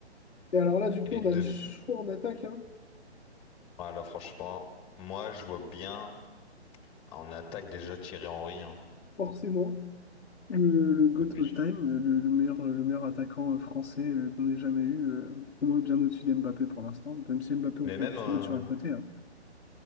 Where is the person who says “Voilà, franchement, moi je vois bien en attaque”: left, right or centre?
Left